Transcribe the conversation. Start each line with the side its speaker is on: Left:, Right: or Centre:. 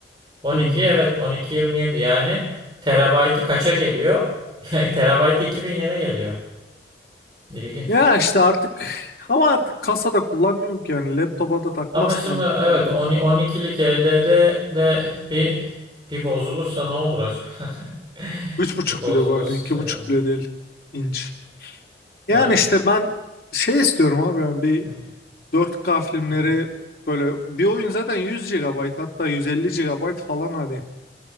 Right: 12
Left: Hmm.
Right: evet 12.27 yani terabaytı kaça geliyor? <laughs> Terabaytı 2000 yene geliyor. İlginç.
Left: Ya işte artık ama artık kasada kullanmıyorum ki yani. Laptopa da takmazsın
Right: Ama şimdi
Left: artık
Right: evet
Left: yani.
Right: 10 12'lik HDD de bir bir bozulursa ne olur acaba? <laughs>
Left: Üç buçuk
Right: Bir bozulursa
Left: bir de bu hani iki
Right: şey
Left: buçuk
Right: evet.
Left: bile değil inç. Yani
Right: Evet.
Left: işte ben şey istiyorum abi yani bir
Right: Hı,
Left: dört k filmleri
Right: hı.
Left: böyle bir oyun zaten 100 gigabayt hatta 150 gigabayt falan hani.